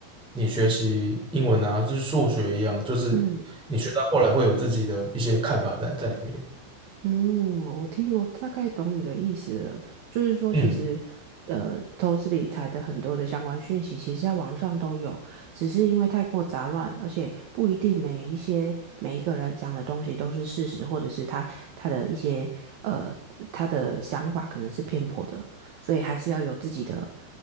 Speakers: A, in the centre; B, on the right.
A: 你学习英文啊，就是数学一样，就是你学到后来会有自己的一些看法在在里面。
B: 嗯。嗯，我听我大概懂你的意思了，就是说，
A: 嗯。
B: 其实，呃，投资理财的很多的相关讯息，其实在网上都有，只是因为太过杂乱，而且不一定每一些每一个人讲的东西都是事实，或者是他他的一些呃他的想法可能是偏颇的，所以还是要有自己的